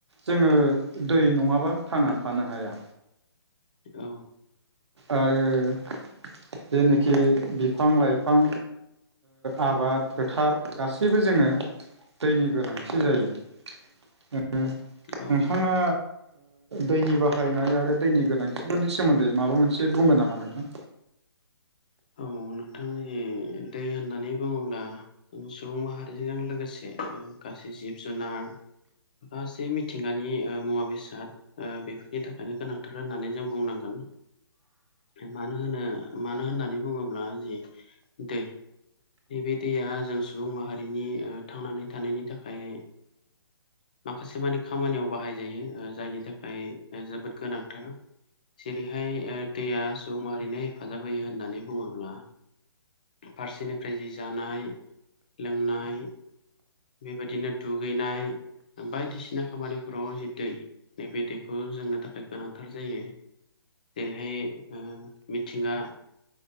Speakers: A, on the right; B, on the left.
A: जोङो दै नङाबा थांनानै थानो हाया।
B: औ
A: आरो जेनोखि बिफां लाइफां आबाद फोथार गासैबो जोङो दैनि गोनांथि जायो नोंथाङा
B: औ
A: दैनि बाहायनाय आरो दैनि गोनांथि खाथिफोरनि सोमोन्दै माबा मोनसे बुंगोन नामा नोंथां
B: औ नोंथांनि जि दै होननानै बुङोब्ला सुबुं माहारिजों लोगोसे गासै जिब - जुनार माखासे मिथिंगानि मुवा - बेसाद बेफोरनि थाखायनो गोनांथार होननानै जों बुंनांगोन मानो होनो मानो होननानै बुङोब्ला जि दै नैबे दैया जों सुबुं माहारिनि थांनानै थानायनि थाखाय माखासे मानि खामानियाव बाहायजायो जायनि थाखाय जोबोद गोनांथार जेरैहाय दैया सुबुं मारिनो हेफाजाब होयो होननानै बुङोब्ला फारसेनिफ्राय जि जानाय लोंनाय बेबायदिनो दुगैनाय बायदिसिना खामानिफोराव जि दै नैबे दैखौ जोंनो थाखाय गोनांथार जायो जेरैहाय मिथिंगा